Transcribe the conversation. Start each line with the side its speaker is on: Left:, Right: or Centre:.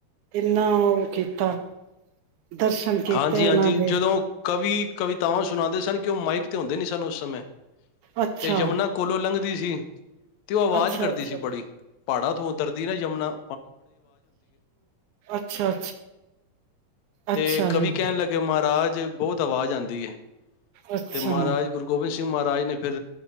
Right: ਇੰਨਾ ਉਹ ਕੀਤਾ ਦਰਸ਼ਨ ਕੀਤੇ
Left: ਹਾਂਜੀ ਹਾਂਜੀ
Right: ਉਹਨਾਂ ਦੇ
Left: ਜਦੋਂ ਕਵੀ ਕਵਿਤਾਵਾਂ ਸੁਣਾਉਂਦੇ ਸਨ ਕਿ ਉਹ ਮਾਈਕ ਤੇ ਹੁੰਦੇ ਨਹੀਂ ਸਨ ਉਸ ਸਮੇਂ
Right: ਅੱਛਾ
Left: ਤੇ ਯਮੁਨਾ ਕੋਲੋਂ ਲੰਘ ਦੀ ਸੀ ਤੇ ਉਹ ਆਵਾਜ਼
Right: ਅੱਛਾ
Left: ਕਰਦੀ
Right: ਅੱਛਾ
Left: ਸੀ ਬੜੀ ਪਾਹਾੜਾਂ ਤੂੰ ਉਤਰਦੀ ਨਾ ਜਮਨਾ
Right: ਅੱਛਾ ਅੱਛਾ
Left: ਤੇ
Right: ਅੱਛਾ
Left: ਕਵੀ
Right: ਜੀ
Left: ਕਹਿਣ ਲੱਗੇ ਮਹਾਰਾਜ ਬਹੁਤ ਆਵਾਜ਼ ਆਂਦੀ ਹੈ
Right: ਅੱਛਾ
Left: ਤੇ ਮਹਾਰਾਜ ਗੁਰੂ ਗੋਬਿੰਦ ਸਿੰਘ ਮਹਾਰਾਜ ਰਾਜ ਨੇ ਫਿਰ